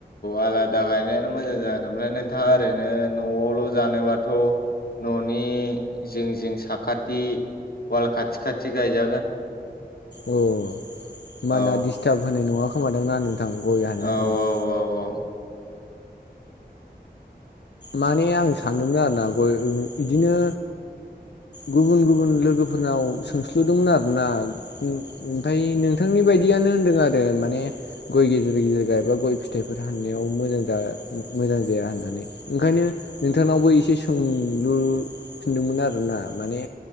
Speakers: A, on the left; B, on the left.
A: आलादा गायनायानो मोजां जागोन ओमफ्राय नोंथाङा ओरैनो न'आवल' जानोबाथ'। न'नि जिं जिं साखाथि वाल खाथि खाथि गायजागोन।
B: अ होमबाना
A: औ
B: दिस्टाब होनाय नङा खोमादां ना गोथां गय हाननायफोराव
A: औ औ औ औ
B: माने आं सानदोंमोन आरोना बिदिनो गुबुन गुबुन लोगोफोरनाव सोंस्ल'दोंमोन आरोना ओमफ्राय नोंथांनि बेबायदियानो होनदों आरो माने गय गेजेर गेजेर गायबा गय फिथाइफोर हाननायाव मोजां जा मोजां जाया होननानै। ओंखायनो नोंथांनावबो एसे सोंलुफिनदोंमोन आरोना माने